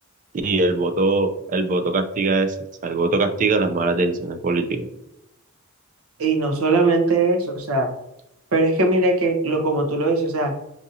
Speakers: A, on the right; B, on the right.
A: y el voto, el voto castiga eso, o sea, el voto castiga las malas decisiones políticas.
B: Y no solamente eso, o sea, pero es que mira que lo como tú lo dices, o sea,